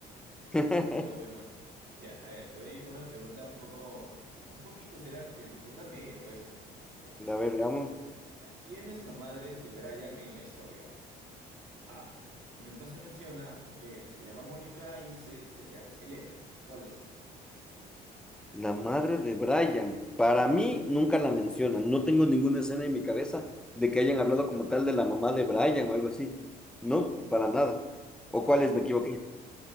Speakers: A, in the centre; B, on the right.
A: <laughs>
B: <laughs> Pero bueno, ya, a ver, te voy a ir con una pregunta un poco, un poquito, será que dificultad media puede ser. Ya,
A: A ver, veamos.
B: ya. ¿Quién es la madre de Brian en la historia? A, nunca se menciona. B, se llama Mónica y C, sería Elena. ¿Cuál de ellas?
A: La madre de Brian. Para mí, nunca la mencionan. No tengo ninguna escena en mi cabeza de que hayan hablado como tal de la mamá de Brian o algo así. No, para nada. ¿O cuáles me equivoqué?